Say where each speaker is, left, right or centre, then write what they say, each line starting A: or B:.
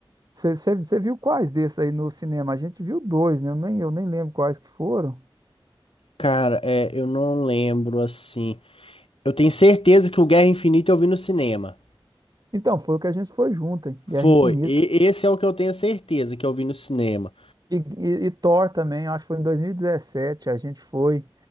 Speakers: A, on the right; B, on the left.
A: Você viu quais desses aí no cinema? A gente viu dois, né? Eu nem, eu nem lembro quais que foram.
B: Cara, é, eu não lembro assim. Eu tenho certeza que o Guerra Infinita eu vi no cinema.
A: Então, foi o que a gente foi junto, hein?
B: Foi.
A: Guerra Infinita.
B: E- esse é o que eu tenho certeza que eu vi no cinema.
A: E, e, e Thor também, eu acho que foi em 2017, a gente foi.